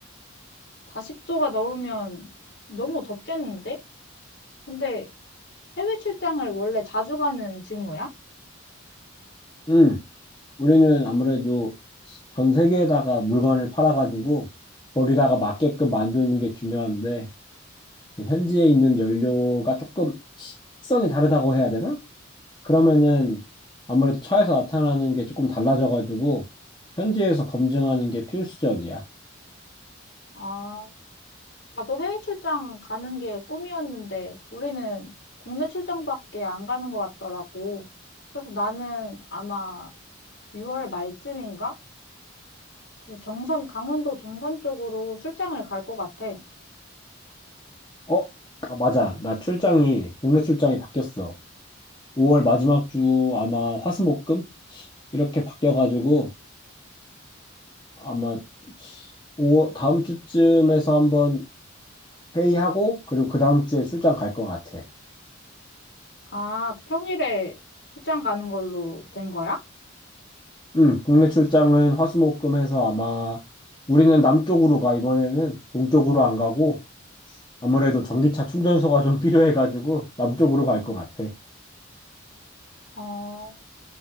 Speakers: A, on the left; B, on the left.
A: 40도가 넘으면 너무 덥겠는데? 근데 해외 출장을 원래 자주 가는 직무야?
B: 응, 우리는 아무래도 전 세계에다가 물건을 팔아가지고 거기다가 맞게끔 만드는 게 중요한데 그 현지에 있는 연료가 조금 특성이 다르다고 해야 되나? 그러면은 아무래도 차에서 나타나는 게 조금 달라져가지고 현지에서 검증하는 게 필수적이야.
A: 아, 나도 해외 출장 가는 게 꿈이었는데 우리는 국내 출장밖에 안 가는 것 같더라고. 그래서 나는 아마 6월 말쯤인가? 그 정선, 강원도 정선 쪽으로 출장을 갈 것 같아.
B: 어? 아, 맞아. 나 출장이 국내 출장이 바뀌었어. 5월 마지막 주 아마 화수목금 이렇게 바뀌어가지고 아마 오, 다음 주쯤에서 한번 회의하고, 그리고 그 다음 주에 출장 갈 것 같아.
A: 아, 평일에 출장 가는 걸로 된 거야?
B: 응, 국내 출장은 화수목금 해서 아마 우리는 남쪽으로 가, 이번에는 동쪽으로 안 가고, 아무래도 전기차 충전소가 좀 <laughs> 필요해가지고, 남쪽으로 갈 것 같아.
A: 어,